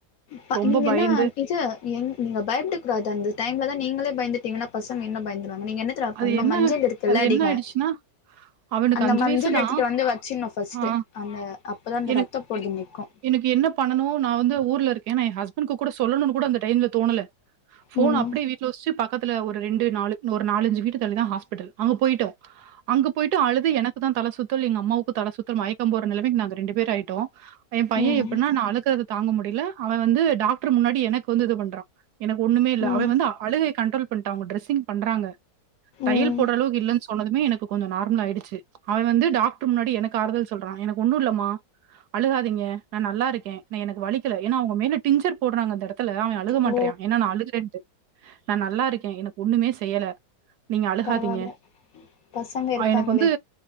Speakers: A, on the left; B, on the right.
A: ப
B: ரொம்ப
A: நீங்க
B: பயந்து
A: என்ன இது எங் நீங்க பயப்படக்கூடாது அந்த டைம்லதா நீங்களே பயந்துட்டு பாத்தீங்கன்னா பசங்க இன்னு பயந்துடுவாங்க நீங்க என்ன தெரியுமா
B: அது
A: பண்ணனு
B: என்ன
A: மஞ்சள் இருக்குல்ல
B: அது
A: அதிக
B: என்ன ஆயிடுச்சுன்னா, அவனுக்கு
A: அந்த மஞ்சள்
B: வயசு தான்.
A: எடுத்துட்டு வந்து வச்சிருனு பஸ்ட்டு
B: ஆ
A: அந்த அப்பதா அந்த
B: எனக்கு
A: ரத்தம் போறது நிக்கும்
B: எனக்கு என்ன பண்ணனு நா வந்து ஊர்ல இருக்கே நா என் ஹஸ்பண்ட்க்கு கூட சொல்லணும்னு கூட அந்த டைம்ல தோணல போன்
A: ம்
B: அப்டியே வீட்ல வச்சுட்டு பக்கத் ல ஒரு ரெண்டு நாலு ஒரு நாலஞ்சு வீடு தள்ளிதா ஹாஸ்பிட்டல் அங்க போயிட்டோ அங்க போயிட்டு அழுது எனக்குதா தல சுத்தல் எங்க அம்மாவுக்கு தல சுத்தல் மயக்கம் போடுற நிலைமைக்கு நாங்க ரெண்டு பேர் ஆயிட்டோ எம் பையே
A: ம்
B: எப்டினா நா அழுகுறத தாங்க முடியல அவே வந்து டாக்டர் முன்னாடி எனக்கு வந்து இது பண்றா எனக்கு ஒண்ணுமே இல்ல
A: ம்
B: அவே வந்து அழுகைய கண்ட்ரோல் பண்ட்டா அவுங்க டிரெஸ்ஸிங் பண்றாங்க தையல்
A: ம்
B: போடுற அளவுக்கு இல்லன்னு சொன்னதுமே எனக்கு கொஞ்சோ நார்மல் ஆயிடுச்சு அவள் வந்து டாக்டர் முன்னாடி எனக்கு ஆறுதல் சொல்றா எனக்கு ஒண்ணும் இல்லமா அழுகா திங்க நா நல்லா இருக்கே நா எனக்கு வலிக்கல ஏன்னா அவுங்க மேல டிஞ்சர் போடுறாங்க அந்த எடத் த்துல அவன் அழுக மாட்றியா
A: ஓ
B: ஏன்னா நா அழுகுறேன்ட்டு நா நல்லா இருக்கே எனக்கு ஒண்ணுமே செய்யல நீங்க அழுகாதீங்க
A: பரவால்ல பசங்க இருக்காங்களே
B: அஹ் எனக்கு வந்து